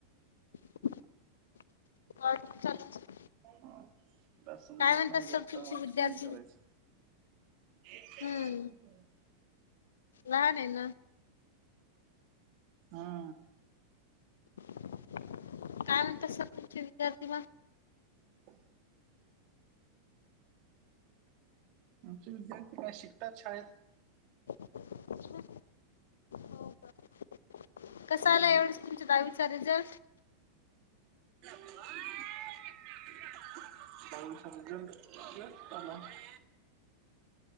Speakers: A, on the left (about 65°); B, on the right (about 40°).
A: <unintelligible>
B: हा तिला समजत
A: काय म्हणतात
B: नाही जास्त
A: सर तुमचे
B: आवाज
A: विद्यार्थी
B: कमी करायचा. <unintelligible>
A: हम्म लहान आहे ना.
B: हा.
A: काय म्हणतात सर तुमचे विद्यार्थी मग
B: ह <unintelligible> आमचे विद्यार्थी काय शिकतात शाळेत
A: अच्छा हो का कसं
B: हम्म
A: आला एवढेच तुमचं दहावीचा रिझल्ट
B: <unintelligible>